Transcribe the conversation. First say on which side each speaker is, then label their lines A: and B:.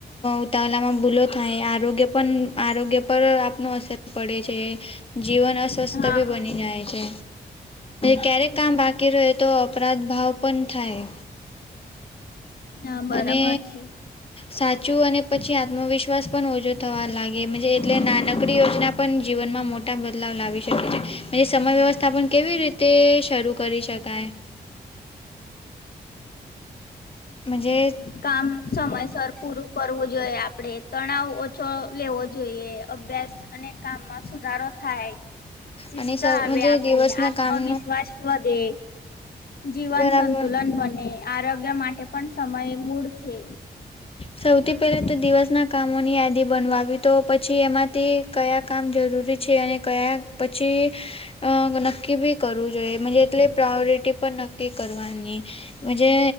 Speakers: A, on the left; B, on the left.
A: ઉતાવળામાં ભૂલો થાય આરોગ્ય પણ આરોગ્ય પર આપનો અસર પડે છે. જીવન અસ્વસ્થ
B: હા
A: ભી બની જાય છે. ક્યારેક કામ બાકી રહે તો અપરાધ ભાવ પણ થાય
B: હા બરાબર
A: અને
B: છે.
A: સાચું અને પછી આત્મવિશ્વાસ પણ ઓછો થવા લાગે એટલે નાનકડી યોજના પણ જીવનમાં મોટા બદલાવ લાવી શકે છે. એ સમય વ્યવસ્થા પણ કેવી રીતે શરૂ કરી શકાય. મન્જે
B: કામ સમયસર પૂરું કરવું જોઈએ આપડે તણાવ ઓછો લેવો જોઈએ અભ્યાસ અને કામમાં સુધારો થાય શિસ્ત
A: અને સ
B: આવે આપડી
A: દિવસના
B: આત્મવિશ્વાસ
A: કામનું
B: વધે. જીવન
A: બરાબર
B: સંતુલન બને આરોગ્ય માટે પણ સમય મૂળ છે.
A: સૌથી પહેલા તો દિવસના કામોની યાદી બનવાવી તો પછી એમાં તે કયા કામ જરૂરી છે અને કયા પછી અ નક્કી બી કરવું જોઈએ મન્જે એટલે પ્રાયોરિટી પણ નક્કી કરવાની મન્જે